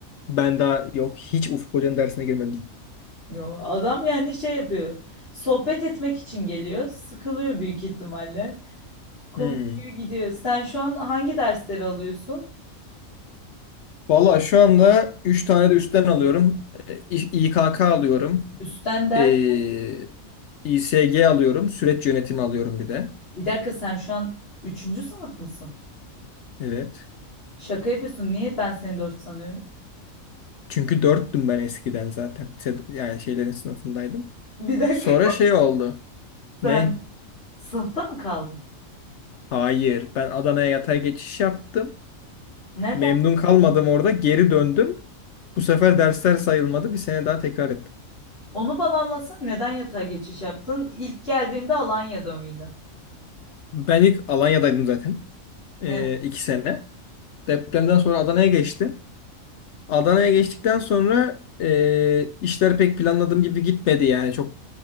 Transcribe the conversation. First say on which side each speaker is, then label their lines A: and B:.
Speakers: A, on the left; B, on the left.
A: Ben daha yok hiç Ufuk Hoca'nın dersine girmedim.
B: Yo, adam yani şey yapıyor. Sohbet etmek için geliyor. Sıkılıyor büyük ihtimalle. Konuşuyor
A: Hı.
B: gidiyor. Sen şu an hangi dersleri alıyorsun?
A: Valla şu anda 3 tane de üstten alıyorum. E, İ- İKK alıyorum.
B: Üstten der.
A: Ee, İSG alıyorum. Süreç yönetimi alıyorum bir de.
B: Bir dakika sen şu an üçüncü sınıf mısın?
A: Evet.
B: Şaka yapıyorsun. Niye ben seni dört sanıyorum?
A: Çünkü dörttüm ben eskiden zaten. Sed- Yani şeylerin sınıfındaydım.
B: Bir dakika.
A: Sonra şey oldu.
B: <laughs> Sen
A: Ne?
B: sınıfta mı kaldın?
A: Hayır. Ben Adana'ya yatay geçiş yaptım.
B: Neden?
A: Memnun kalmadım orada. Geri döndüm. Bu sefer dersler sayılmadı. Bir sene daha tekrar ettim.
B: Onu bana anlatsana. Neden yatay geçiş yaptın? İlk geldiğinde Alanya'da mıydı?
A: Ben ilk Alanya'daydım zaten. Ee,
B: Evet.
A: iki sene. Depremden sonra Adana'ya geçtim. Adana'ya geçtikten sonra e, işler pek planladığım gibi gitmedi yani. Çok